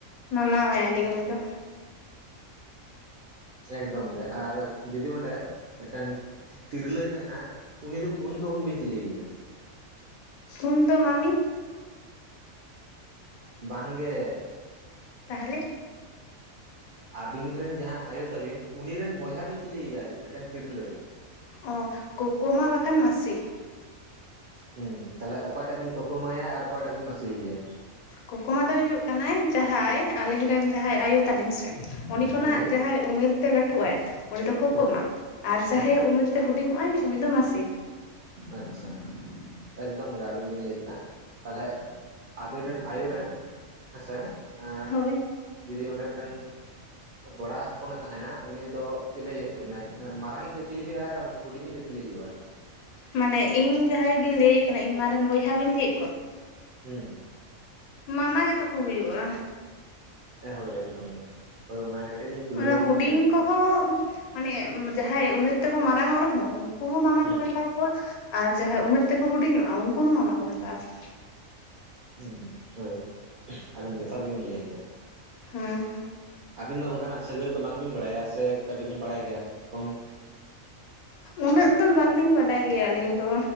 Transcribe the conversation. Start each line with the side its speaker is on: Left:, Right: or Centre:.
Left: ᱢᱟᱢᱟ ᱟᱭᱟᱞᱤᱧ ᱩᱱᱤ ᱫᱚ
Right: ᱮᱠᱫᱚᱢ ᱜᱮ ᱟᱨ ᱡᱩᱫᱤ ᱚᱸᱰᱮ ᱢᱤᱫᱴᱮᱱ ᱛᱤᱨᱞᱟᱹ ᱛᱟᱦᱮᱱᱟ ᱩᱱᱤ ᱫᱚ ᱩᱱᱫᱚ ᱩᱱ ᱵᱤᱱ ᱪᱤᱞᱤᱭ ᱮᱭᱟ
Left: ᱩᱱ ᱫᱚ ᱢᱟᱢᱤ
Right: ᱵᱟᱝ ᱜᱮ
Left: ᱛᱟᱦᱞᱮ
Right: ᱟᱹᱵᱤᱱ ᱨᱮᱱ ᱡᱟᱦᱟᱸᱭ ᱟᱭᱚ ᱛᱟᱵᱤᱱ ᱩᱱᱤ ᱨᱮᱱ ᱵᱚᱭᱦᱟ ᱵᱤᱱ ᱪᱤᱞᱤ ᱟᱭᱟ ᱢᱤᱫᱴᱮᱱ ᱛᱤᱨᱞᱟᱹ
Left: ᱚ ᱠᱳᱠᱳ ᱢᱟ ᱵᱟᱝᱠᱷᱟᱱ ᱢᱟᱹᱥᱤ
Right: ᱦᱮᱸ ᱛᱟᱦᱞᱮ ᱚᱠᱚᱭᱴᱟᱜ ᱵᱤᱱ ᱠᱳᱠᱳ ᱢᱟ ᱥᱭᱟ ᱟᱨ ᱚᱠᱚᱭᱴᱟᱜ ᱵᱤᱱ ᱢᱟᱹᱥᱤ ᱟᱭᱟ?
Left: ᱠᱳᱠᱳᱢᱟ ᱫᱚᱭ ᱦᱩᱭᱩᱜ ᱠᱟᱱᱟᱭ ᱡᱟᱦᱟᱸᱭ ᱟᱹᱞᱤᱧ ᱨᱮᱱ ᱡᱟᱦᱟᱸᱭ ᱟᱭᱳ ᱛᱟᱞᱤᱧ ᱥᱮ ᱩᱱᱤ ᱠᱷᱚᱱᱟᱜ
Right: ᱦᱳᱭ
Left: ᱡᱟᱦᱟᱸᱭ- ᱩᱢᱮᱨ ᱛᱮ ᱞᱟᱹᱴᱷᱩᱜᱼᱟᱭ ᱩᱱᱤ ᱫᱚ ᱠᱳᱠᱳᱢᱟ
Right: ᱦᱳᱭ
Left: ᱟᱨ
Right: ᱦᱮᱸ
Left: ᱡᱟᱦᱟᱸᱭ ᱩᱢᱮᱨ- ᱛᱮ ᱦᱩᱰᱤᱧᱚᱜᱼ ᱟᱭ ᱩᱱᱤ ᱫᱚ ᱢᱟᱹᱥᱤ᱾
Right: ᱟᱪᱪᱷᱟ, ᱮᱠᱫᱚᱢ ᱜᱮ ᱟᱹᱵᱤᱱ ᱵᱤᱱ ᱞᱟᱹᱭ ᱠᱮᱫᱟ᱾ ᱛᱟᱦᱞᱮ, ᱟᱵᱤᱱ ᱨᱮᱱ ᱟᱭᱩ ᱨᱮᱱ ᱦᱮᱸᱥᱮ ᱮᱸ᱾
Left: ᱦᱳᱭ
Right: ᱡᱩᱫᱤ ᱚᱸᱰᱮ ᱢᱤᱫᱴᱮᱱ- ᱠᱚᱲᱟ ᱦᱚᱯᱚᱱᱮ ᱛᱟᱦᱮᱱᱟ ᱩᱱᱤ ᱫᱚ ᱪᱤᱞᱤ ᱦᱩᱭᱩᱜ ᱛᱟᱵᱤᱱᱟ? ᱢᱟᱨᱟᱝ-ᱤᱡ ᱫᱚ ᱪᱤᱞᱤ ᱦᱩᱭᱩᱜᱼᱟ ᱟᱨ ᱦᱩᱰᱤᱧᱤᱡ ᱫᱚ- ᱪᱤᱞᱤ ᱦᱩᱭᱩᱜᱼᱟᱭ?
Left: ᱢᱟᱱᱮ ᱤᱧ ᱡᱟᱦᱟᱸᱭ ᱵᱤᱱ ᱞᱟᱹᱭᱮ ᱠᱟᱱᱟ, ᱤᱧ ᱢᱟ ᱨᱮᱱ ᱵᱚᱭᱦᱟ ᱵᱤᱱ ᱞᱟᱹᱭᱮᱫ ᱠᱚᱣᱟ?
Right: ᱦᱮᱸ᱾
Left: ᱢᱟᱢᱟ ᱜᱮᱛᱚ ᱠᱚ ᱦᱩᱭᱩᱜᱼᱟ
Right: ᱦᱳᱭ ᱮᱠᱫᱚᱢ ᱜᱮ ᱦᱳᱭ ᱚᱱᱟ ᱜᱮ ᱠᱟᱹᱴᱤᱡ ᱞᱤᱧ ᱠᱩᱞᱤ
Left: ᱚᱱᱟ
Right: ᱡᱚᱝ
Left: ᱦᱩᱰᱤᱧ
Right: ᱠᱟᱱ ᱛᱟᱦᱮᱸᱫ
Left: ᱠᱚᱦᱚᱸ ᱢᱟᱱᱮ ᱡᱟᱦᱟᱸᱭ ᱩᱢᱮᱨ ᱛᱮᱠᱚ ᱢᱟᱨᱟᱝᱚᱜ ᱨᱮᱦᱚᱸ ᱩᱱᱠᱩ ᱦᱚᱸ ᱢᱟᱢᱟ
Right: ᱦᱩᱸ
Left: ᱠᱚ ᱢᱮᱛᱟᱣ ᱠᱚᱣᱟ᱾ ᱟᱨ ᱡᱟᱦᱟᱸᱭ ᱩᱢᱮᱨ ᱛᱮᱠᱚ ᱦᱩᱰᱤᱧᱚᱜᱼᱟ ᱩᱱᱠᱩ ᱦᱚᱸ ᱢᱟᱢᱟ ᱠᱚ ᱢᱮᱛᱟ ᱟᱠᱚᱣᱟ᱾
Right: ᱦᱩᱸ, ᱦᱳᱭ ᱟᱹᱵᱤᱱ ᱡᱚᱛᱷᱟᱛ ᱜᱮᱵᱤᱱ ᱞᱟᱹᱭ ᱠᱮᱫᱟ᱾
Left: ᱦᱮᱸ᱾
Right: ᱟᱹᱵᱤᱱ ᱫᱚ ᱚᱱᱠᱟᱱᱟᱜ ᱥᱟᱹᱜᱟᱹᱭ ᱠᱚ ᱵᱟᱝᱵᱤᱱ ᱵᱟᱲᱟᱭᱟ, ᱥᱮ ᱠᱟᱹᱴᱤᱡ ᱵᱤᱱ ᱵᱟᱲᱟᱭ ᱜᱮᱭᱟ ᱠᱚᱢ-
Left: ᱩᱱᱟᱹᱜ ᱫᱚ ᱵᱟᱝᱞᱤᱧ ᱵᱟᱰᱟᱭ ᱜᱮᱭᱟ ᱟᱹᱞᱤᱧ ᱫᱚ᱾